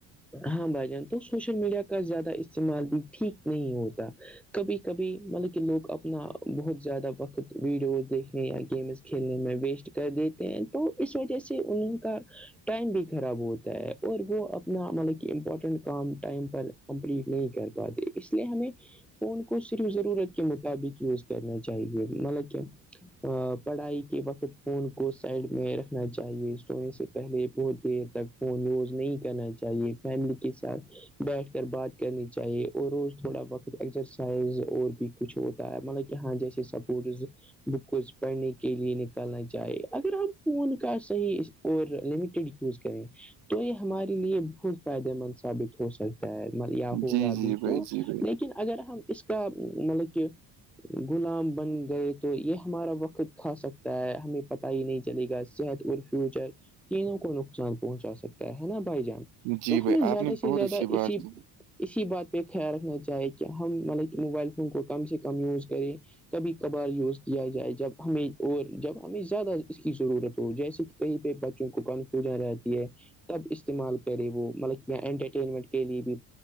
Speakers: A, in the centre; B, on the right.
A: ہاں بھائی جان تو سوشل میڈیا کا زیادہ استعمال بھی ٹھیک نہیں ہوتا کبھی کبھی مطلب کہ لوگ اپنا بہت زیادہ وقت ویڈیوز دیکھنے یا گیمز کھیلنے میں ویسٹ کر دیتے ہیں تو اس وجہ سے ان کا ٹائم بھی خراب ہوتا ہے اور وہ اپ اتنا مطلب کہ امپورٹنٹ کام ٹائم پر کمپلیٹ نہیں کر پاتے اس لیے ہمیں فون کو صرف ضرورت کے مطابق یوز کرنا چاہیے مطلب کیا پڑھائی کے وقت فون کو سائڈ میں رکھنا چاہیے سونے سے پہلے بہت دیر تک فون ووز نہیں کرنا چاہیے فیملی کے ساتھ بیٹھ کر بات کرنی چاہیے اور روز تھوڑا وقت ایکسرسائز اور بھی کچھ ہوتا ہے مطلب کہ ہاں جیسے سپورٹس بکز پڑھنے کے لیے نکالنا چاہے اگر ہم فون کا صحیح اور لمیٹیڈ یوز کریں تو یہ ہمارے لیے فائدے مند ثابت ہو سکتا ہے یا ہوگا
B: جی جی
A: بھی
B: بھائی
A: تو
B: جی بھائی
A: لیکن اگر ہم اس مطل کے غلام بن گئے تو یہ ہمارا وقت کھا سکتا ہے ہمیں پت ہی نہیں چلے گا صحت اور فیوچر تینوں کو نقصان پہنچا سکتا ہے نا بھائی جان
B: جی
A: تو
B: بھائی
A: ہمیں زیادہ
B: آپ نے
A: سے
B: بہت
A: زیادہ
B: اچھی
A: اسی
B: بات کی
A: اسی بات پہ خیال رکھنا چاہے کہ ہم مطلب کہ موبائل فون کو کم سے کم یوز کریں کبھی کبھار یوز کیا جائے جب ہمیں اور جب ہمیں زیادہ اس کی ضرورت ہو جیسے کہیں پہ بچوں کو کنفیوژن رہتی ہے تب استعمال کرے وہ مطلب انٹرٹینمنٹ کے لیے بھی